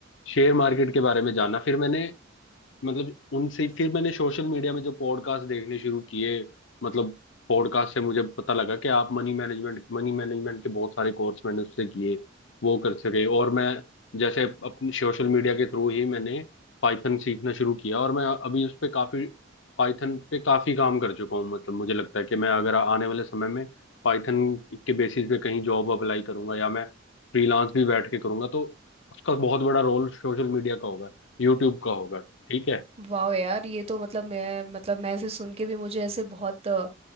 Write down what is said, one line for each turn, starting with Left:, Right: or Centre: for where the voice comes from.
Left: शेयर मार्केट के बारे में जाना फिर मैंने मतलब उनसे फिर मैंने सोशल मीडिया में जो पॉडकास्ट देखने शुरू किए मतलब पॉडकास्ट से मुझे पता लगा कि आप मनी मैनेजमेंट मनी मैनेजमेंट के बहुत सारे कोर्स मैंने उससे किए वो कर सके और मैं जैसे अपने सोशल मीडिया के थ्रू ही मैंने पाइथन सीखना शुरू किया और मैं अभी उस पे काफी पाइथन पे काफी काम कर चुका हूँ मतलब मुझे लगता है कि मैं अगर आने वाले समय में पाइथन के बेसिस पे कहीं जॉब अप्लाई करूंगा या मैं फ्रीलांस भी बैठ के करूंगा तो उसका बहुत बड़ा रोल सोशल मीडिया का होगा यूट्यूब का होगा ठीक है
Right: वाह यार ये तो मतलब मैं मतलब मैं ऐसे सुन के भी मुझे ऐसे बहुत अ,